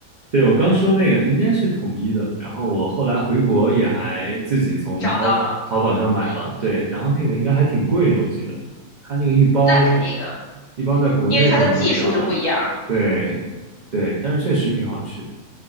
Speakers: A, on the right; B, on the left.
A: 对，我刚说那个应该是统一的，然后我后来回国也还自己从淘淘宝上买了，
B: 找到了。嗯，
A: 对，然后那个应该还挺贵的，我记得，它那个一包可
B: 那肯定啊，
A: 一包在国内可能也要，
B: 因为它的技术就不一样，
A: 对对，但是确实挺好吃。